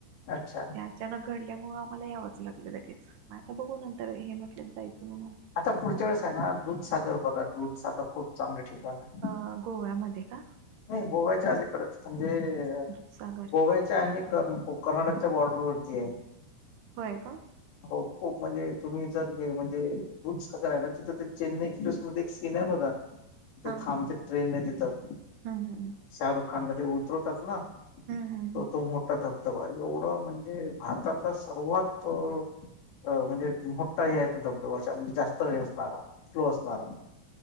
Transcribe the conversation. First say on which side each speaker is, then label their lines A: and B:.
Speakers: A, on the left; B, on the right.
A: अच्छा.
B: त्यात अचानक घडल्यामुळं आम्हाला यावचं लागलं लगेच मग आता बघू नंतर हे म्हटल्यात जायचं म्हणून
A: आता पुढच्या वेळेस आहे ना दूधसागर बघा दूधसागर खूप चांगल ठिकाण आहे.
B: हा गोव्यामध्ये का?
A: नाही गोव्याच्या अलीकडच म्हणजे
B: दुधसागर
A: गोव्या च्या आणि कर्नाटकच्या बॉर्डर वरती आहे.
B: होय का?
A: हो खूप म्हणजे तुम्ही जर म्हणजे दूधसागर आहे ना तिथं ते चेन्नई एक्सप्रेसमध्ये सीन आहे बघा ते
B: हा
A: थांबते
B: हा
A: ट्रेनने तिथं.
B: हम्म हम्म.
A: शाहरुखानला ते उतरवतात ना
B: हम्म हम्म हम्म.
A: तर तो मोठा धब तेव्हा एवढं म्हणजे भारताला सर्वात अ म्हणजे मोठा आहे तो धबधबा अशा म्हणजे जास्त हे असणारा फ्लो असणारा.